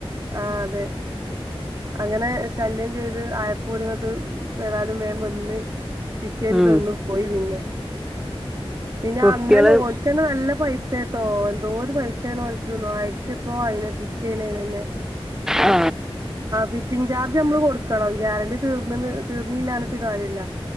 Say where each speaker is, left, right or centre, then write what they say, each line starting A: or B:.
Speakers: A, on the right; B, in the centre.
A: ആഹ് അതെ അങ്ങനെ ശല്യം ചെയ്ത് ആയപ്പോലും ഇങ്ങട്ട് ഏതായാലും വേ വന്ന് ഫിറ്റ് ചെയ്ത്
B: ഉം
A: തന്നു പോയി പിന്നെ പിന്നെ
B: കുട്ടികള്
A: അന്നന്നേ ഓൽക്കന്നെ നല്ല പൈസെ ട്ടോ എന്തോരു പൈസയാണ് ഓൽക്ക്ന്നോ ആയിരത്തി <unintelligible> ഫിറ്റ് ചെയ്യണെണല്ലേ
B: ആ
A: ഫിറ്റിംഗ് ചാർജ് നമ്മള് കൊടുക്കണം ഗ്യാരണ്ടി തീർന്നണ് തീർന്നില്ല പറഞ്ഞിട്ട് കാര്യല്ല